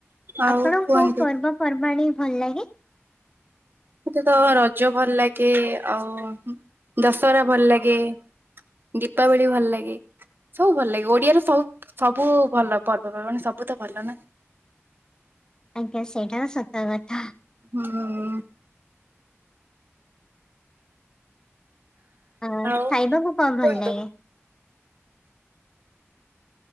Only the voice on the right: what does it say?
ଆଉ
କୁହନ୍ତୁ।
ମୋତେ ତ ରଜ ଭଲ ଲାଗେ। ଆଉ ଦଶହରା ଭଲ ଲାଗେ। ଦୀପାବଳି ଭଲ ଲାଗେ। ସବୁ ଭଲ ଲାଗେ। ଓଡିଆର ସବୁ ସବୁ ଭଲ ପର୍ବପର୍ବାଣି ସବୁ ତ ଭଲ ନା।
ହୁଁ।
ଆଉ
କୁହନ୍ତୁ।